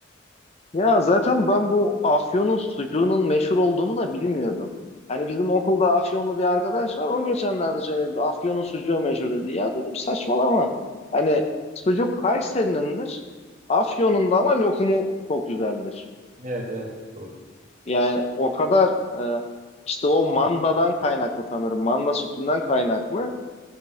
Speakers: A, on the left; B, on the right.
A: Ya zaten ben bu Afyon'un sucuğunun meşhur olduğunu da bilmiyordum. Hani bizim okulda Afyonlu bir arkadaş var. O geçenlerde söyledi. Afyon'un sucuğu meşhur dedi. Ya dedim saçmalama. Hani sucuk Kayseri'nindir. Afyon'un da ama lokumu çok güzeldir.
B: Evet evet doğru.
A: Yani o kadar e, işte o mandadan kaynaklı sanırım. Manda sütünden kaynaklı.